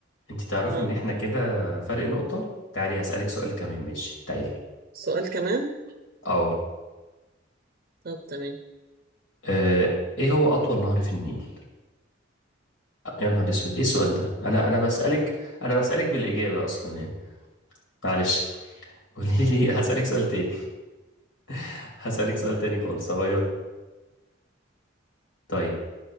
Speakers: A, on the left; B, on the right.
A: انت تعرفي
B: اه
A: ان احنا كده فرق نقطة تعالي هسألك سؤال كمان ماشي تعالي
B: سؤال كمان
A: اه
B: طب تمام
A: اه، ايه هو اطول نهر في النيل يا نهار اسود ايه السؤال ده انا انا بسألك انا بسألك بالإجابة اصلا يعني معلش قولي لي <laughs> هسألك سؤال تاني <laughs> هسألك سؤال تاني خالص هغيره طيب